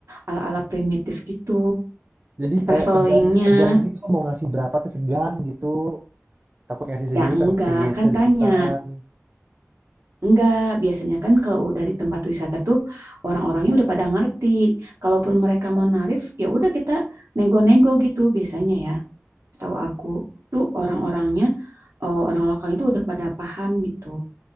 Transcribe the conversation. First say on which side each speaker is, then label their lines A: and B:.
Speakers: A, on the right; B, on the right.
A: ala-ala primitif gitu.
B: Jadi
A: Travelingnya.
B: kayak segan segan gitu mau ngasih berapa tuh segan gitu. Takut ngasih sedikit,
A: Ya enggak.
B: takut sedikit
A: Kan
B: sedikitan.
A: tanya. Enggak. Biasanya kan kalau udah di tempat wisata tuh orang-orangnya udah pada ngerti. Kalaupun mereka mau narif, ya udah kita nego-nego gitu biasanya ya. Tahu aku tuh orang-orangnya, eh, orang lokal itu udah pada paham gitu.